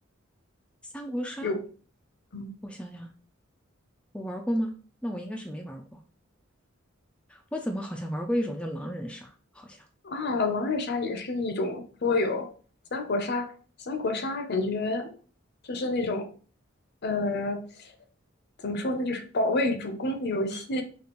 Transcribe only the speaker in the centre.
三国杀，
我想想，我玩过吗？那我应该是没玩过。我怎么好像玩过一种叫狼人杀？好像，